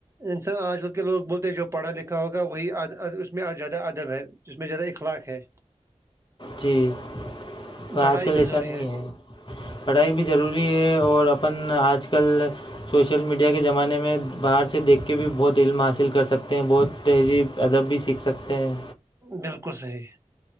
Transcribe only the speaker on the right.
انسان آج کل کے لوگ بولتے ہیں جو پڑھا لکھا ہوگا وہی اس میں زیادہ ادب ہے جس میں زیادہ اخلاق ہے
پڑھائی
بھی
ضروری
بالکل صحیح